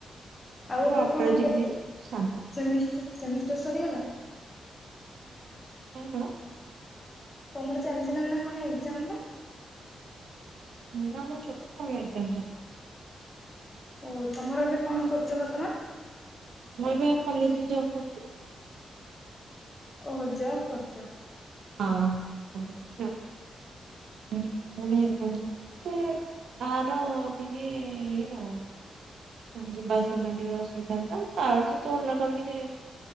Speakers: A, on the left; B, on the right.
A: ଆଉ ଏବେ
B: ଅଟୋରେ
A: କଣ
B: ଯିବି
A: କୋ
B: ଶାନ୍ତି
A: ସେମିଷ୍ଟା ସେମିଷ୍ଟାର ସରିଗଲା।
B: କଣ କଣ
A: ତମର ଚାଲିଥିଲା ନା କଣ ଏକ୍ଜାମ ବା?
B: ନା ମୋ ଛୋଟ ଭଉଣୀ ଏକଜାମ୍ ଚାଲ୍
A: ଓ ତମର ଏବେ କଣ କରୁଛ ବର୍ତ୍ତମାନ?
B: ମୁଁ ଏବେ କଲେଜରେ ଜବ କରୁଛି।
A: ଓହୋ ଯଵ୍ କରୁଛ।
B: ହଁ କଲେଜ୍ ରେ ଜଵ୍ କରୁଛି, ଭୁବନେଶ୍ୱରରେ ପୁଣି ଏକଜାମ୍ ଚାଲିଛି। ଏ ଆର ଟିକେ ଇଏ ଆଉ ଯିବା ଆସିବା ପାଇଁ ଟିକେ ଅସୁବିଧା ତ ତାର ସିଏ ତ ଓଲା କରିକି ଦିଏ।